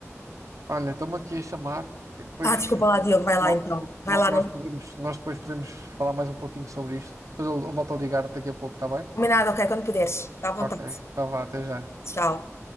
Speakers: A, on the right (about 80°); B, on the left (about 55°).
A: Olha, estão-me aqui a chamar. e Depois
B: Ah, desculpa
A: eh,
B: lá, Diogo, vai lá
A: no-
B: então. Vai
A: no-
B: lá,
A: nós
B: não...
A: podemos, nós depois podemos falar mais um pouquinho sobre isto. Depois eu eu volto a ligar daqui a pouco, está bem?
B: combinado, ok, quando puderes. Está à vontade.
A: Ok. Então vá, até já.
B: Tchau.